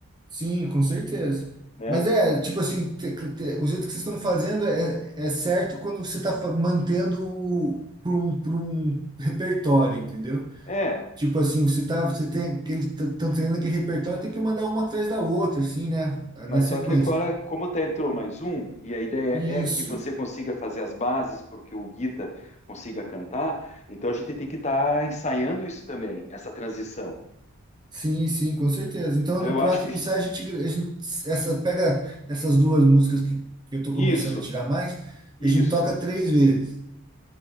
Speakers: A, on the right; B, on the left.
A: Sim, com certeza.
B: né?
A: Mas é, tipo assim, te- te- o jeito que vocês estão fazendo é, é certo quando você está mantendo para um, pra um repertório, entendeu?
B: É,
A: Tipo assim, você tá, você tem aquele, estão treinando aquele repertório, tem que mandar uma atrás da outra, assim, né?
B: mas
A: Na sequência.
B: só que agora, como tá entrou mais um, e a ideia
A: Isso.
B: é que você consiga fazer as bases porque o Guita consiga cantar, então a gente tem que estar ensaiando isso também, essa transição.
A: Sim, sim, com certeza. Então,
B: Então,
A: no
B: eu
A: próximo
B: acho que a gente.
A: ensaio, a gente, a gente essa, pega essas duas músicas que, que eu tô
B: Isso,
A: começando a tirar mais,
B: isso.
A: e a gente toca três vezes.